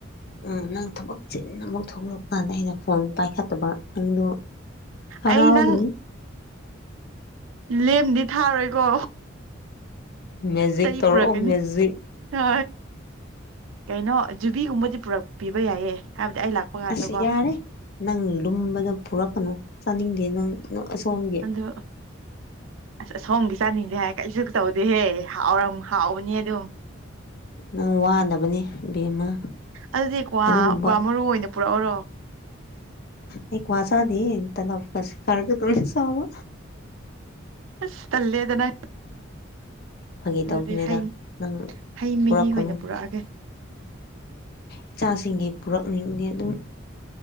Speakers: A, on the left; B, on the right.
A: ꯎꯝ ꯅꯪ ꯊꯕꯛ ꯆꯤ ꯑꯃꯨꯛ ꯊꯣꯛꯂꯛꯄ ꯀꯥꯟꯗ ꯑꯩꯅ ꯐꯣꯟ ꯄꯥꯏꯈꯠꯇꯕ ꯅꯪꯗꯣ ꯍꯔꯥꯎꯒꯅꯤ
B: ꯑꯩ ꯅꯪ ꯂꯦꯝꯗꯤ ꯊꯥꯔꯣꯏꯀꯣ
A: ꯃꯦꯖꯤꯛ
B: ꯆꯍꯤ
A: ꯇꯧꯔꯛꯑꯣ
B: ꯄꯨꯔꯛꯀꯅꯤ
A: ꯃꯦꯖꯤꯛ
B: ꯍ ꯀꯩꯅꯣ ꯖꯨꯕꯤꯒꯨꯝꯕꯗꯤ ꯄꯨꯔꯛꯄꯤꯕ ꯌꯥꯏꯌꯦ ꯍꯥꯏꯕꯗꯤ ꯑꯩ ꯂꯥꯛꯄ ꯀꯥꯟꯗꯀꯣ
A: ꯑꯁ ꯌꯥꯔꯦ ꯅꯪ ꯂꯨꯝꯕꯗ ꯄꯨꯔꯛꯀꯅꯨ ꯆꯥꯅꯤꯡꯗꯦ ꯅꯪ ꯑꯁꯣꯝꯒꯤ
B: ꯑꯗꯨ ꯑꯁ ꯑꯁꯣꯝꯒꯤ ꯆꯥꯅꯤꯡꯗꯦ ꯍꯥꯏ ꯀꯔꯤꯁꯨ ꯇꯧꯗꯦꯍꯦ ꯍꯥꯎꯔ ꯍꯥꯎꯕꯅꯦ ꯑꯗꯨꯝ
A: ꯅꯪ ꯋꯥꯅꯕꯅꯦ ꯕꯦꯝꯃ
B: ꯑꯗꯨꯗꯤꯗꯤ ꯀꯋꯥ
A: ꯑꯗꯨꯒꯨꯝꯕ
B: ꯀꯋꯥ ꯃꯔꯨ ꯑꯣꯏꯅ ꯄꯨꯔꯥ ꯑꯣꯏꯔꯣ
A: ꯑꯩ ꯋꯥꯁꯗꯦ ꯇꯅ ꯀꯁꯤꯦ ꯀꯔꯒ ꯇꯧ ꯁꯥꯕ
B: ꯑꯁ ꯇꯂꯦꯗ ꯅ
A: ꯐꯥꯒꯤ
B: ꯑꯗꯨꯗꯤ
A: ꯇꯧꯕꯅꯤꯗ
B: ꯍ
A: ꯅꯪ
B: ꯍꯩ ꯃꯍꯤ
A: ꯄꯨꯔꯛꯀꯅꯨ
B: ꯑꯣꯏꯅ ꯄꯨꯔꯛꯑꯒꯦ
A: ꯏꯆꯥꯁꯤꯡꯒꯤ ꯄꯨꯔꯛꯅꯤꯡꯕꯒꯤ ꯑꯗꯨꯝ